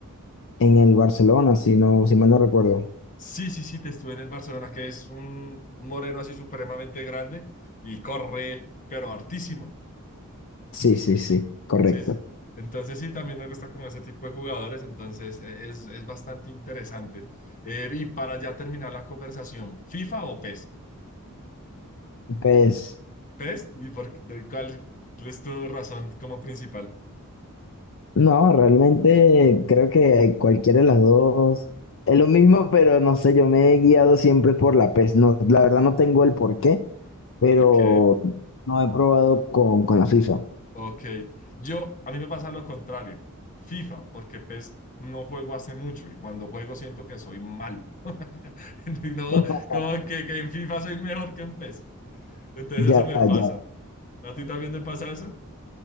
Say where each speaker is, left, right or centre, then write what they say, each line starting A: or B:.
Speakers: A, on the left; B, on the left.
A: en el Barcelona, si no, si mal no recuerdo.
B: Sí, sí, sí, te estuve en el Barcelona, que es un un moreno así supremamente grande y corre, pero hartísimo.
A: Sí, sí, sí, correcto.
B: Sí, sí. Entonces sí, también me gusta como ese tipo de jugadores, entonces eh, es, es bastante interesante. Eh, y para ya terminar la conversación, ¿FIFA o PES?
A: Pues
B: ¿PES? ¿Y por, qué- de cuál es tu razón como principal?
A: no, realmente creo que cualquiera de las dos es lo mismo, pero no sé, yo me he guiado siempre por la PES. No, la verdad no tengo el porqué, pero
B: Ok,
A: no he probado con, con la FIFA.
B: ok. Yo, a mí me pasa lo contrario, FIFA, porque PES no juego hace mucho y cuando juego siento que soy malo. <laughs> No,
A: <laughs>
B: como que, que en FIFA soy mejor que en PES. Entonces
A: Ya,
B: eso me
A: ya.
B: pasa. ¿A ti también te pasa eso?